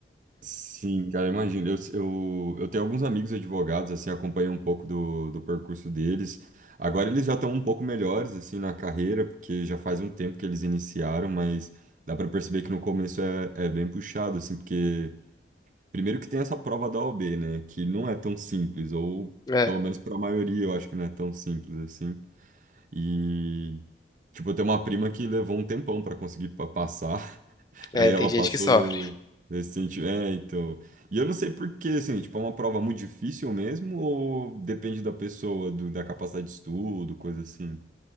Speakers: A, on the right; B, on the left.
A: Sim, cara, imagino. Eu, eu, eu tenho alguns amigos advogados, assim, acompanho um pouco do, do percurso deles. Agora eles já estão um pouco melhores, assim, na carreira, porque já faz um tempo que eles iniciaram, mas dá para perceber que no começo é, é bem puxado, assim, porque Primeiro que tem essa prova da OAB, né? Que não é tão simples, ou
B: É.
A: pelo menos para a maioria eu acho que não é tão simples assim. E, tipo, eu tenho uma prima que levou um tempão para conseguir pa- passar, <laughs>
B: É,
A: aí ela
B: tem gente
A: passou
B: que sofre.
A: recente. É, então. E eu não sei por quê, assim, tipo, é uma prova muito difícil mesmo, ou depende da pessoa, do- da capacidade de estudo, coisa assim.